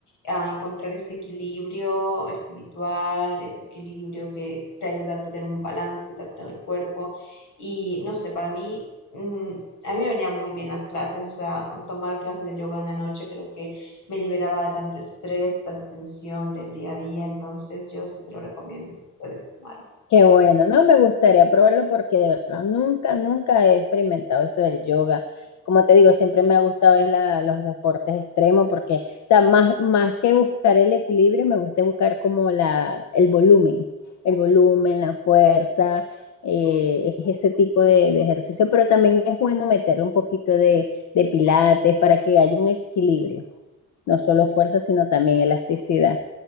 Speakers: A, on the left; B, on the left.
A: a encontrar ese equilibrio espiritual, ese equilibrio que te ayuda a tener un balance tanto en el cuerpo y no sé, para mí, mm, a mí me venían muy bien las clases, o sea, tomar clases de yoga en la noche creo que me liberaba de tanto estrés, tanta tensión del día a día, entonces yo sí te lo recomiendo si puedes tomarlo.
B: Qué bueno, no me gustaría probarlo porque de verdad nunca, nunca he experimentado eso del yoga. Como te digo, siempre me ha gustado es la- los deportes extremos porque, o sea, más, más que buscar el equilibrio, me gusta buscar como la, el volumen, el volumen, la fuerza, eh, es ese tipo de, de ejercicio, pero también es bueno meterle un poquito de, de pilates para que haya un equilibrio, no solo fuerza, sino también elasticidad.